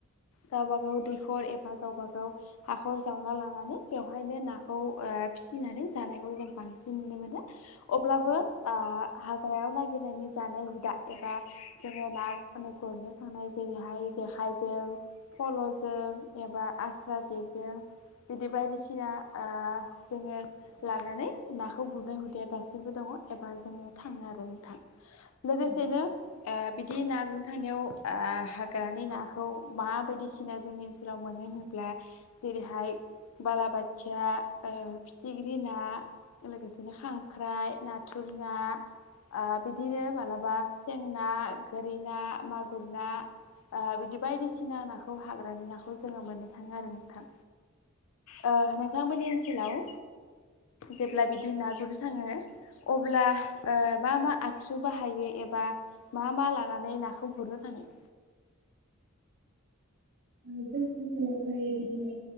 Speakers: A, on the left; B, on the right.
A: गावबा गाव दैखर एबा गावबा गाव हाखर जावना लानानै बेवहायनो नाखौ ओ बा फिसिनानै जानायखौ जों बांसिन नुनो मोनो अब्लाबो
B: औ
A: आ हाग्रायाव नागिरनायनि जानाय हुदा एबा जोङो ना उनखौनो सारनाय जायो जेरैहाय जेखाइजों फल'जों एबा आस्रा जेजों बिदि बायदिसिना ओ जोङो लानानै नाखौ गुरनो हुदा दासिमबो दङ एबा जोङो थाङो आरो नोंथां लोगोसेनो
B: औ औ
A: ओ बिदि ना गुरनो थानायाव ओ हाग्रानि नाखौ मा बायदिसिना जोंनि ओनसोलाव मोनो होनोब्ला जेरैहाय बालाबाथिया ओ फिथिग्रि ना ओलोगोसेनो खांख्राइ नाथुर ना ओ बिदिनो मालाबा सें ना गोरि ना मागुर ना ओ बिदि बायायदि- सिना नाखौ हाग्रानि नाखौ जोङो मोननो थाङो आरो नोंथां ओ नों- थांमोननि ओनसोलाव जेब्ला बिदि ना गुरनो थाङो अब्ला ओ मा मा आगसु बाहायो ए- एबा मा मा लानानै नाखौ गुरनो थाङो
B: <unintelligible> ओङो जोंनि ओनसोलावहाय बिदिनो